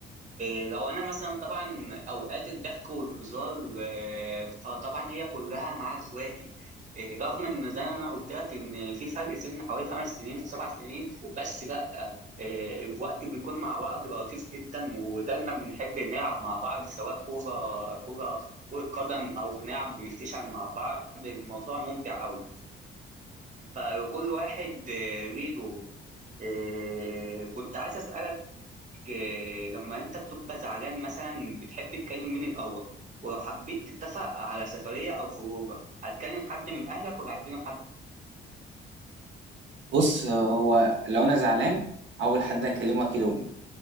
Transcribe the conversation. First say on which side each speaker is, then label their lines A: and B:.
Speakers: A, on the right; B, on the right.
A: إيه، لو انا مثلا طبعا اوقات الضحك والهزار آه، فطبعا هي كلها مع اخواتي إيه، رغم ان زي ما انا قلت لك ان في فرق سن حوالي خمس سنين او سبع سنين بس لا إيه، الوقت بيكون مع بعض لطيف جدا ودايما بنحب نلعب مع بعض سواء كوره كوره كرة قدم او بنلعب بلاي ستيشن مع بعض الموضوع ممتع قوي فكل واحد آه، ليه دوره إيه، كنت عايز اسالك آه، لما انت بتبقى زعلان مثلا بتحب تكلم مين الاول ولو حبيت تتفق على سفريه او خروجه هتكلم حد من اهلك ولا هتكلم حد
B: بص آه، هو لو انا زعلان اول حد اكلمه اكيد امي